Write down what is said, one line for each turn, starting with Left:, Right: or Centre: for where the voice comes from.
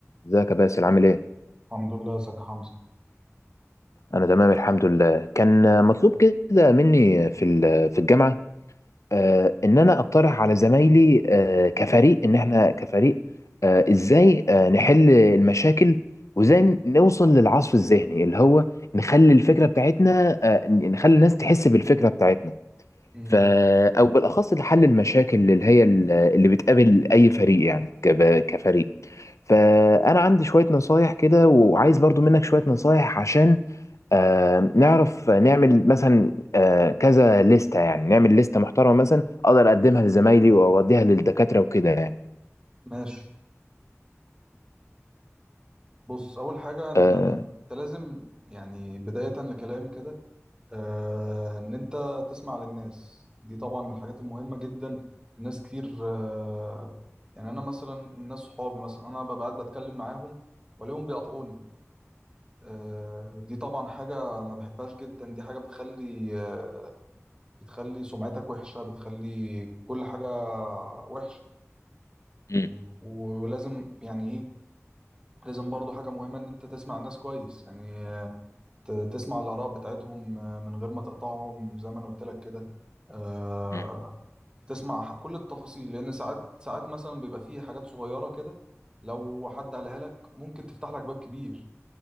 Left: ازيك يا باسل عامل ايه؟
Right: الحمد لله ازيك يا حمزة
Left: انا تمام الحمد لله كان مطلوب كده مني في ال- في الجامعه آه، ان انا اقترح على زمايلي آه، كفريق ان احنا كفريق آه، ازاي آه، نحل المشاكل وازاي نوصل للعصف الذهني اللي هو نخلي الفكره بتاعتنا آه، نخلي الناس تحس بالفكره بتاعتنا
Right: امم
Left: ف او بالاخص لحل المشاكل اللي هي ال- اللي بتقابل اي فريق يعني كب- كفريق فانا عندي شويه نصايح كده وعايز برضو منك شويه نصايح عشان آه، نعرف نعمل مثلا آه، كذا لستة يعني نعمل لستة محترمة مثلا أقدر أقدمها لزمايلي وأوديها للدكاترة وكده يعني
Right: ماشي بص اول حاجة انت
Left: آه،
Right: انت لازم يعني بداية لكلامي كده آه ان انت تسمع للناس دي طبعا من الحاجات المهمة جدا لناس كتير آه يعني انا مثلا ناس صحابي مثلا انا ببقى قاعد بتكلم معاهم والاقيهم بيقطعوني آه دي طبعا حاجة ما بحبهاش جدا دي حاجة بتخلي آه بتخلي سمعتك وحشة بتخلي كل حاجة وحشة يعني
Left: مم.
Right: و- ولازم يعني ايه لازم برضو حاجة مهمة إن أنت تسمع الناس كويس يعني آه، ت- تسمع الآراء بتاعتهم آه، من غير ما تقطعهم زي ما أنا قلت لك كده آه،
Left: مم.
Right: تسمع ح- كل التفاصيل لأن ساعات ساعات مثلا بيبقى فيه حاجات صغيرة كده لو حد قالها لك ممكن تفتح لك باب كبير